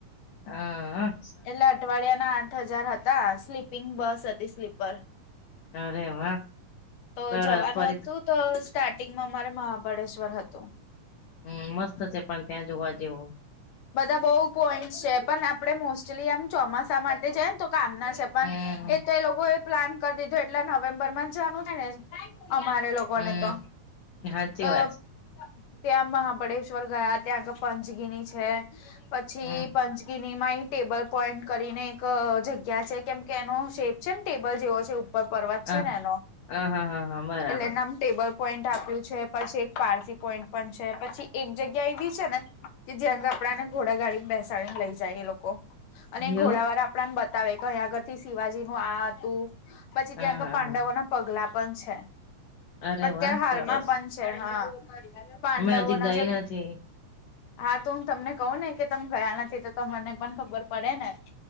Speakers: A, on the left (about 65°); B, on the left (about 80°).
A: હ અહ.
B: એટલે અઠવાડિયાના આઠ હજાર હતા સ્લીપિંગ બસ હતી સ્લીપર.
A: અરે વાહ.
B: તો
A: સરસ.
B: જવાનું
A: ફરી
B: હતું
A: થી
B: તો સ્ટાર્ટિંગમાં મારે મહાબળેશ્વર હતું.
A: હમ્મ, મસ્ત છે પણ ત્યાં જોવા જેવો.
B: બધા બઉુ પોઈન્ટ છે પણ આપડે મોસ્ટલી એમ ચોમાસા માટે જાય ને તો કામના છે પણ
A: હમ
B: એ તો એ લોકો એ પ્લાન કરી દીધો એટલે નવેમ્બર માં જવાનું છે ને અમારે લોકોને
A: હમ
B: તો.
A: સાચી
B: અહ
A: વાત છે
B: ત્યાં મહાબળેશ્વર ગયા ત્યા ગ પંચગીની છે. પછી
A: હમ
B: પંચગીની માં એ ટેબલ પોઈન્ટ કરીને અહ એક જગ્યા છે કેમ કે એનો શેપ છે ને ટેબલ જેવો છે. પગ પર્વત
A: હ
B: છે ને એનો
A: હા હા હા હા બરાબર
B: એટલે નમ ટેબલ પોઈન્ટ આપ્યું છે પછી એક પારસી પોઈન્ટ પણ છે પછી એક જગ્યા એવી છે ને કે જ્યાં આગળ આપડાને ઘોડા ગાડી ને બેસાડીને લઈ જાય એ લોકો અને
A: એવું
B: ઘોડાવાળા આપડા આપડા ને બતાવે કે અહીંયા આગળ થી શિવાજી નું આ હતું પછી
A: હા
B: ત્યાં આગળ
A: હા
B: પાંડવોના
A: હા
B: પગલા પણ છે.
A: અરે
B: અત્યાર
A: વાહ
B: હાલમાં
A: સરસ
B: પણ છે હા. પાંડવો
A: મેં હજી
B: ના
A: ગઈ
B: જે
A: નથી
B: હા, તો હું તમને કહું ને કે તમ ગયા નથી તો મને પણ ખબર પડે ને.